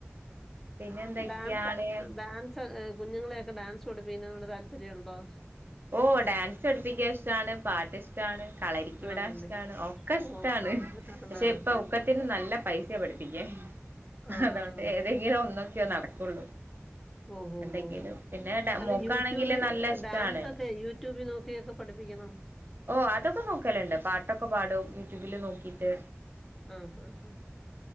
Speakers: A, on the right; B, in the centre.
A: പിന്നെ എന്തൊക്കെയാണ്
B: ഡാൻസ് ഡാൻസ് ഹെ കുഞ്ഞുങ്ങളെയൊക്കെ ഡാൻസ് പടുപ്പിക്കുന്നോട് താല്പര്യംണ്ടോ
A: ഓ ഡാൻസ് പടുപ്പിക്ക ഇഷ്ടാണ് പാട്ട് റ്റന് കളരിക്ക് വിടാൻ
B: ആണല്ലേ.
A: ഇഷ്ടാണ് ഒക്കെ ഇഷ്ടമാണ്
B: ഓഹ്. ആണോ?
A: പക്ഷെ ഇപ്പൊ ഒക്കത്തിനും നല്ല പൈസ പഠിപ്പികാന്
B: ആഹ്.
A: അതുകൊണ്ട് ഏതെങ്കിലും ഒന്നൊക്കെയോ നടക്കുള്ളൂ
B: ഓ ഓ
A: എന്തെങ്കിലും
B: ഓ
A: പിന്നെ ഡ
B: അല്ല
A: മോക്കാണെങ്കില്
B: യൂടൂബ
A: നല്ല ഇഷ്ടാണ്
B: ഡാൻസ ഒക്കെ യ ട്യൂബ് നോക്കിയൊക്കെ പഠിപ്പിക്കണം
A: ഓ അതൊക്കെ നോക്കലുണ്ട് പട്ടൊക്കെ പാടും യൂട്യൂബില് നോക്കിയിട്ട്
B: ആഹ ആഹ